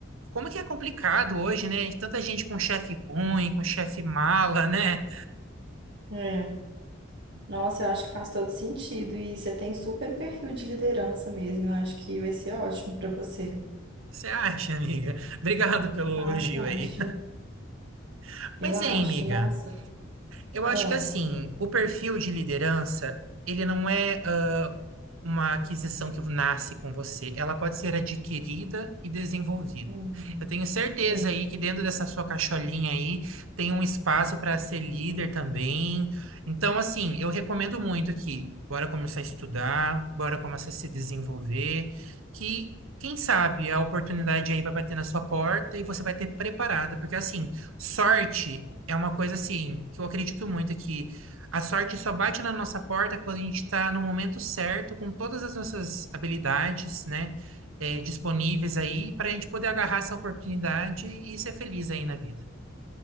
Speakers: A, on the right (about 85°); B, on the right (about 55°).
A: como que é complicado hoje, né? Tanta gente com chefe ruim, com chefe mala, né?
B: É. Nossa, eu acho que faz todo sentido e você tem super perfil de liderança mesmo. Eu acho que vai ser ótimo para você.
A: Você acha, amiga? Obrigado pelo
B: Ah,
A: elogio
B: eu acho.
A: aí. <laughs>
B: Eu
A: Mas,
B: acho.
A: hein, amiga,
B: Nossa.
A: eu acho
B: Ah.
A: que assim, o perfil de liderança, ele não é uma aquisição que nasce com você, ela pode ser adquirida e desenvolvida.
B: Uhum.
A: Eu tenho certeza
B: Sim,
A: aí que dentro dessa sua caixolinha aí tem um espaço para ser líder também. Então, assim, eu recomendo muito que bora começar a estudar, bora começar a se desenvolver, que quem sabe a oportunidade aí vai bater na sua porta e você vai ter preparada, porque assim, sorte é uma coisa assim que eu acredito muito que a sorte só bate na nossa porta quando a gente está no momento certo, com todas as nossas habilidades, né, eh, disponíveis aí, para a gente poder agarrar essa oportunidade e ser feliz aí na vida.